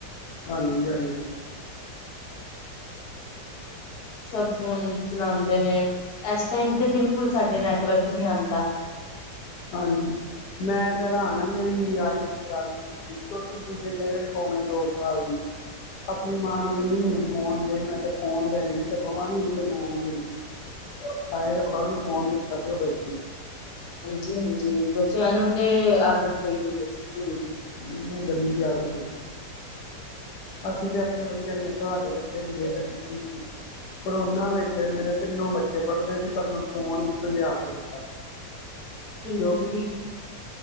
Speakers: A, on the left; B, on the left.
A: ਹਾਂਜੀ, ਹਾਂਜੀ।
B: ਸਬ ਫੋਨ ਚਲਾਉਦੇ ਨੇ ਇਸ ਟਾਈਮ ਤੇ ਬਿਲਕੁਲ ਸਾਡੇ ਨੈਟਵਰਕ ਨਹੀਂ ਆਉਂਦਾ।
A: ਹਾਂਜੀ ਮੈਂ ਤੇ ਹੋਰਾਨ ਮੇਰੀ <unintelligible> ਛੋਟੀ ਜਿਹੀ ਜੇ ਲੇਟ ਪਾਉਣੇ ਦੋ ਸਾਲ ਦੀ। ਆਪਣੀ ਮਾਂ ਨੂੰ ਕਹਿੰਦੀ ਮੈਨੂੰ ਫੋਨ ਦੇ ਮੈਂ ਤੇ ਫੋਨ ਦੇਗੀ ਤੇ ਬਵਾਂਗੀ ਨਹੀਂ ਤੇ ਮੈਂ ਨੀ ਬਵਾਂਗੀ। ਹਾਏ ਰੱਬਾ ਉਨੂੰ ਫ਼ੋਨ ਦਿੱਤਾ ਤੇ ਉਹ ਬੈਠੀ।
B: ਹਾਂਜੀ, ਹਾਂਜੀ, ਬੱਚਿਆਂ ਨੂੰ ਤੇ ਆਦਤ ਪਈ ਹੋਈ ਹੇ ਪੂਰੀ।
A: ਇਤਨੀ ਗਂਦੀ ਆਦਤ ਏ। ਅਸੀਂ ਤੇ ਆਪਣੇ ਬੱਚਿਆਂ ਨੂੰ <unintelligible> ਜੇਦ ਕੀਤੀ ਸੀ ਕਰੋਨਾ ਵਿੱਚ ਮੇਰੇ ਤਿੰਨੋ ਬੱਚੇ ਪੜ੍ਹਦੇ ਸੀ ਪਰ ਮੈਂ ਫੋਨ ਇੱਕੋ ਹੀ ਲਿਆ ਕੇ ਦਿੱਤਾ ਸੀ।
B: ਬਿਲਕੁਲ
A: <unintelligible>
B: ਠੀਕ